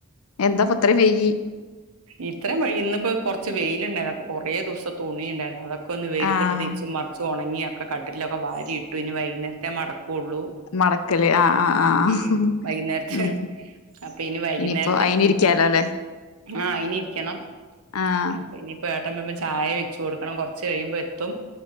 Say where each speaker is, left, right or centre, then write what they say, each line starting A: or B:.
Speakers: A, on the left (about 75°); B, on the right (about 75°).
A: എന്താപ്പ ഇത്ര വേകി
B: ഇത്രയും വൈകി ഇന്നിപ്പോ കൊറച്ച് വെയിലുണ്ടായിരുന്നു അപ്പൊ കൊറേ ദിവസം തുണി ഉണ്ടായിരുന്നു അതൊക്കെ ഒക്ക ഒന്ന് വെയിലത്തിട്ട്
A: ആഹ്
B: തിരിച്ച് മറച്ച് ഉണങ്ങി ഒക്കെ കട്ടിലൊക്കെ വാരി ഇട്ടു ഇനി വൈകുന്നേരത്തെേ മടക്കുള്ളൂ
A: മടക്കല് ആഹ് ആഹ് ആഹ്
B: ഉം വൈകുന്നേരത്തെ
A: ഉം
B: അപ്പൊ ഇനി വൈകുന്നേരത്തിന്
A: ഇനിയിപ്പോ അയിനിരിക്കാലോ
B: ഫുഡ്
A: അല്ലെ
B: ആഹ് അയ്നി ഇരിക്കണം
A: ആഹ്
B: അപ്പോ ഇനി പ ഏട്ടൻ വരുമ്പ ചായ വെച്ചു കൊടുക്കണം കുറച്ച് കഴിയുമ്പോ എത്തും